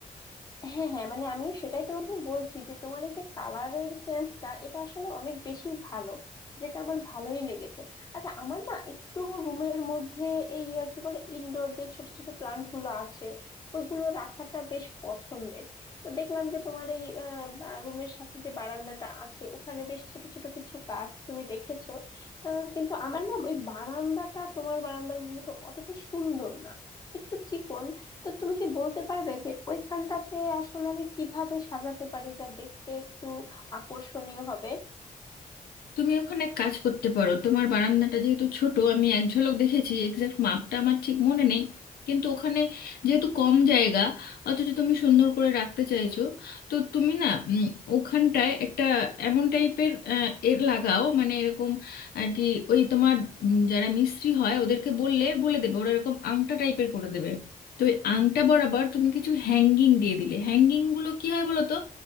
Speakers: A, on the left (about 25°); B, on the left (about 85°).
A: হ্যাঁ হ্যাঁ মানে আমিও সেটাই তোমাকে বলছি যে তোমার এই যে কালারের সেন্সটা এটা আসলে অনেক বেশি ভালো যেটা আমার ভালোই লেগেছে আচ্ছা আমার না একটু রুমের মধ্যে এই আহ, কি বলে ইনডোর যে ছোট ছোট প্লান্ট গুলো আছে ওইগুলো রাখাটা বেশ পছন্দের তো দেখলাম যে তোমার এই রুমের সাথে যে বারান্দাটা আছে ওখানে বেশ ছোট ছোট কিছু গাছ তুমি রেখেছো আহ, কিন্তু আমার না ওই বারান্দাটা তোমার বারান্দার মতো অতটা সুন্দর না একটু চিকন তো তুমি কি বলতে পারবে যে ওইখানটাতে আসলে আমি কিভাবে সাজাতে পারি যা দেখতে একটু আকর্ষণীয় হবে
B: তুমি ওখানে এক কাজ করতে পারো তোমার বারান্দাটা যেহেতু ছোট আমি এক ঝলক দেখেছি এক্সাক্ট মাপটা আমার ঠিক মনে নেই কিন্তু ওখানে যেহেতু কম জায়গা অথচ তুমি সুন্দর করে রাখতে চাইছো তো তুমি না উম, ওখানটায় একটা এমন টাইপের এর লাগাও মানে এরকম আর কি ওই তোমার উম, যারা মিস্ত্রি হয় ওদেরকে বললে বলে দেবে ওরা এরকম আংটা টাইপের করে দেবে তো ওই আংটা বরাবর তুমি কিছু হ্যাঙ্গিং দিয়ে দিলে হ্যাঙ্গিংগুলো কী হয় বলো তো